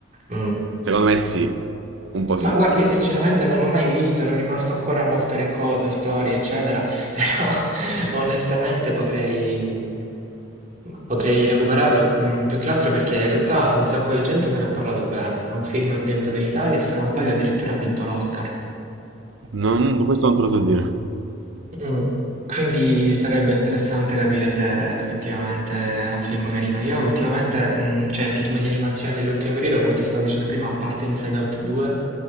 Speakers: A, on the right (about 40°); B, on the right (about 70°).
A: mm.
B: Secondo me sì, un po' sì.
A: Ma guarda, io sinceramente non l'ho mai visto, ero rimasto ancora a Monster e Co, Toy Story, eccetera, <laughs> però onestamente potrei, potrei recuperarlo, mm, più che altro perché in realtà un sacco di gente me ne ha parlato bene. È un film ambientato in Italia e se non sbaglio addirittura ha vinto l'Oscar.
B: Non, questo non te lo so dire.
A: Mm, Quindi sarebbe interessante capire se effettivamente è un film carino. Io ultimamente, mm, cioè film di animazione dell'ultimo periodo, come ti stavo dicendo prima, a parte Inside Out 2,